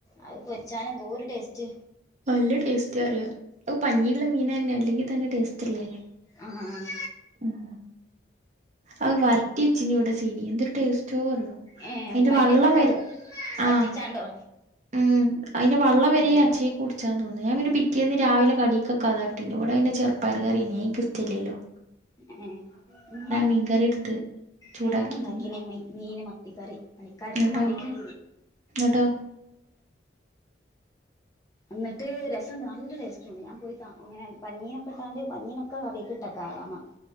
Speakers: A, on the left; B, on the right.
A: അഹ്ഹ പൊരിച്ചാൻ എന്തൊരു ടെസ്റ്റ്
B: വല്യ ടെസ്റ്റാ അറിയ അവൂ പഞ്ഞിള്ള മീനന്നെ അല്ലെങ്കി തന്നെ ടേസ്റ്റ്ള്ളതല്ലേ
A: ആ ആ
B: ഉം അഹ വരട്ടി വച്ചീനി ഇവിടെ സീനി എന്തൊരു ടേസ്റ്റ് ചോറിയോ
A: ഏ
B: അതിന്റെ
A: മല്ലിയൊക്കെ
B: വള്ളം
A: ഇട്ട്
B: വെരെ
A: വറ്റിച്ചാണ്ടോ
B: ആഹ ഉം അയിന്റെ വള്ളം വെരെ
A: ഏ
B: അച്ചക്ക് <unintelligible> ച്ചാ തോന്നു ഞാപിന്ന പിറ്റേന്ന് രവിലെ കടിക്കക്കെ അതാട്ടിന് ഇവിടെ പിന്നെ ചെറുപ്പയറ് കറിയെന് അയ് എനിക്കിഷ്ടല്ലല്ലോ-
A: ഏഹ് ഉമ്മന്
B: മീൻകറി എടുത്ത് ചൂടാക്കി
A: കണമ ഉണ്ടാക്കിന്മ്
B: തിന്ന്
A: മീന് മത്തിക്കറി പണിക്കാർക്കും
B: എന്നിട്ടോ
A: മാണ്ടിട്ട്-
B: എന്നിട്ടോ
A: എന്നിട്ട് രസംണ്ട് നല്ല ടെസ്റ്റ് ഉണ്ട് ഞാൻ പോയി താ ഇങ്ങനെ പനീനൊക്കെ ഇട്ടാണ്ട് പഞ്ഞീനൊക്കെ കറിയിക്കിട്ടക്ക- ആയാമ